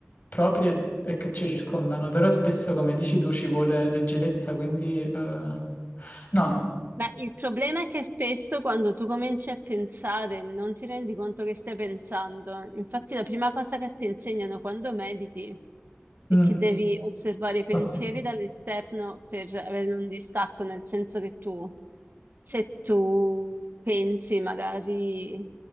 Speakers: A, on the left (about 45°); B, on the right (about 55°).
A: proprie e che ci circondano, però spesso, come dici tu, ci vuole leggerezza, quindi eh, no.
B: Beh, il problema è che spesso quando tu cominci a pensare non ti rendi conto che stai pensando. Infatti la prima cosa che ti insegnano quando mediti è
A: Mm.
B: che devi osservare i pensieri
A: Posso-
B: dall'esterno per avere un distacco, nel senso che tu, se tu pensi magari